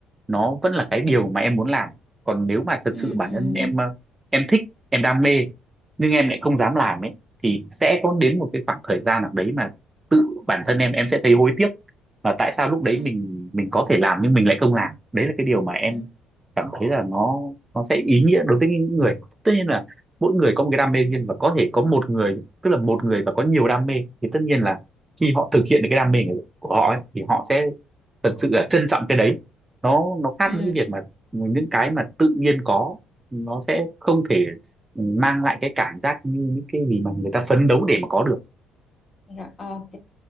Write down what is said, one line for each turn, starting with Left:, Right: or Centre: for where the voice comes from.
Right: nó vẫn là cái điều mà em muốn làm còn nếu mà thật
Left: ừ,
Right: sự bản thân em ờ, em thích em đam mê nhưng em lại không dám làm ấy thì sẽ có đến một cái khoảng thời gian nào đấy mà tự bản thân em em sẽ thấy hối tiếc và tại sao lúc đấy
Left: ừ,
Right: mình mình có thể làm nhưng mình lại không làm đấy là cái điều mà em
Left: ừ,
Right: cảm thấy là nó nó sẽ ý nghĩa đối với những người tất nhiên là mỗi người có một cái đam mê riêng và có thể có một người tức là một người và có nhiều đam mê thì tất nhiên là khi họ thực hiện được cái đam mê của họ ấy, thì họ sẽ thật sự là trân trọng cái đấy nó nó khác
Left: ừ.
Right: với cái việc mà những cái mà tự nhiên có nó sẽ không thể mang lại cái cảm giác như những cái gì mà người ta phấn đấu để mà có được
Left: Rồi, ok.